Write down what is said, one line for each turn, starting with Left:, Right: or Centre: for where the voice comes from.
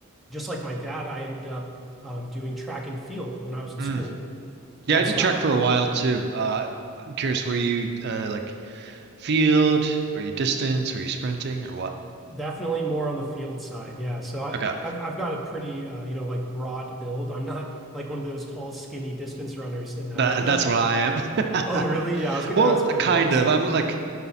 Centre: just like my dad, I ended up um, doing track and field when I was in
Right: Mm.
Centre: school.
Right: Yeah,
Centre: Yeah,
Right: I did
Centre: so
Right: track
Centre: I
Right: for a while too. Uh, I'm curious, were you uh, like field? Were you distance? Were you sprinting or what?
Centre: definitely more on the field side. Yeah, so I
Right: Okay.
Centre: I've I've got a pretty uh, you know like broad build. I'm not like one of those tall, skinny distance runners, and uh,
Right: That,
Centre: never.
Right: that's what I am.
Centre: Oh,
Right: <laughs>
Centre: really? Yeah, I was going
Right: Well,
Centre: to ask what
Right: kind
Centre: events.
Right: of. I'm like